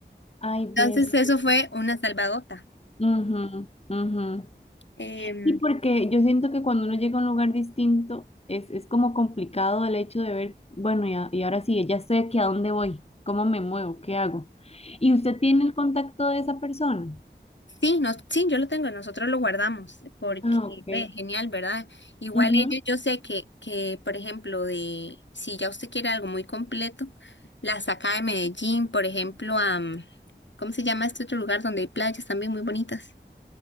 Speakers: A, on the left; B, on the left.
A: ay, ves,
B: Entonces eso
A: justo.
B: fue una salvadota.
A: Ujú, ujú.
B: Em,
A: Y porque yo siento que cuando uno llega a un lugar distinto, es, es como complicado el hecho de ver, bueno, y, a- y ahora sí, ya estoy aquí, ¿a dónde voy? ¿Cómo me muevo? ¿Qué hago? ¿Y usted tiene el contacto de esa persona?
B: Sí, no, sí, yo lo tengo, nosotros lo guardamos, porque
A: Ah, ok.
B: ve, genial, ¿verdad? Igual
A: Ujú.
B: ellos, yo sé que, que, por ejemplo, de si ya usted quiere algo muy completo, la saca de Medellín, por ejemplo, a, mm, ¿cómo se llama este otro lugar donde hay playas también muy bonitas?